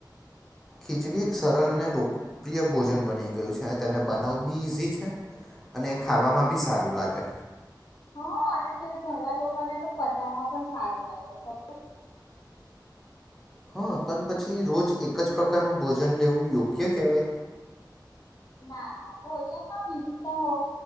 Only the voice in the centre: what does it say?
ખીચડી એક સરળ અને લોકપ્રિય ભોજન બની ગયું છે. અને તેને બનાવવું બી ઈઝી છે અને ખાવામાં બી સારું લાગે.
હા, પણ પછી રોજ એક જ પ્રકારનું ભોજન લેવું યોગ્ય કેહેવાય?